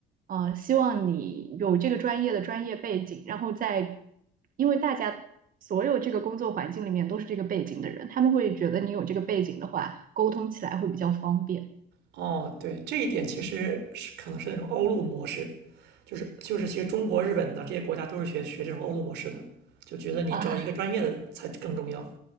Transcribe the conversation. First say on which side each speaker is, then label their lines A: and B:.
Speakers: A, on the right; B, on the right.
A: 呃，希望你有这个专业的专业背景，然后在，因为大家所有这个工作环境里面都是这个背景的人，他们会觉得你有这个背景的话，沟通起来会比较方便
B: 哦，对，这一点其实是可能是那种欧陆模式，就是就是其实中国、日本的这些国家都是学学这种欧陆模式的，就觉得你找一个专业的才更重要。
A: 啊